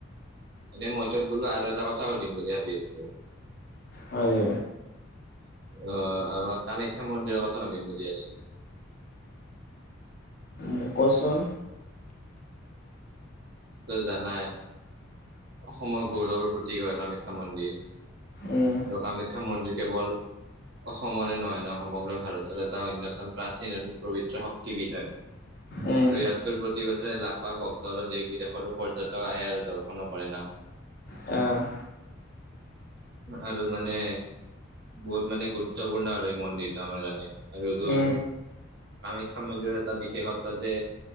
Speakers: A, on the right; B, on the left.
A: এনে মই তোক বোলো আৰু এটা কথা সুধিম বুলি ভাবি আছিলো।
B: হয় নে?
A: অ, আমাৰ কামাখ্যা মন্দিৰৰ কথা সুধিম বুলি আছো।
B: উম, কচোন।
A: তই জানাই অসমৰ গৌৰৱৰ প্ৰতীক হয় কামাখ্যা মন্দিৰ।
B: উম,
A: আৰু কামাখ্যা মন্দিৰ কেৱল অসমৰে নহয় ন সমগ্ৰ ভাৰতৰে এটা অন্যতম প্ৰাচীন আৰু পবিত্ৰ শক্তিপীঠ হয়। আৰু
B: উম,
A: ইয়াত তোৰ প্ৰতি বছৰে লাখ-লাখ ভক দেশ বিদেশৰো পৰ্যটক আহে আৰু দৰ্শনো কৰে ন।
B: অ'।
A: আৰু মানে বহুত মানে গুৰুত্বপূৰ্ণ আৰু এই মন্দিৰটো আমাৰ কাৰণে। ৰ'দৰ
B: উম,
A: কামাখ্যা মন্দিৰৰ এটা বিশেষত্ব যে